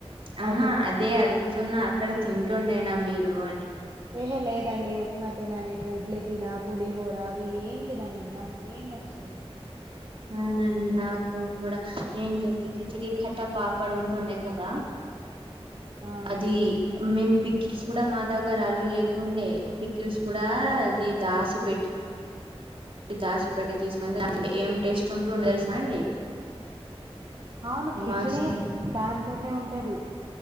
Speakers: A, on the right; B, on the right.
A: ఆహా
B: అది
A: అదే అడుగుతున్నా అక్కడ తింటుండేనా మీరు అని
B: ఏహే లేదండి ఉప్మా తిన నేను ఇడ్లీ తిన పులిహోర అవి ఏం తిన నేను నాకు ఏం నచ్చవ్ అవి
A: అవునండి నాకు కూడా ఏం చేస్తే కిచడి కట్టా పాపడు ఉంటుండే కదా
B: ఆ
A: అది మేము పిక్కిల్స్ కూడా మా దగ్గర ఆలో లేకుండే పిక్కిల్స్ కూడా ఇది దాసి పెట్టి ది దాసి పెట్టి తీసుకునింటే ఏం టేస్ట్ ఉంటుండే తెలుసా అండి
B: అవును కిచిడి
A: మస్తు
B: దానితోటే ఉంటది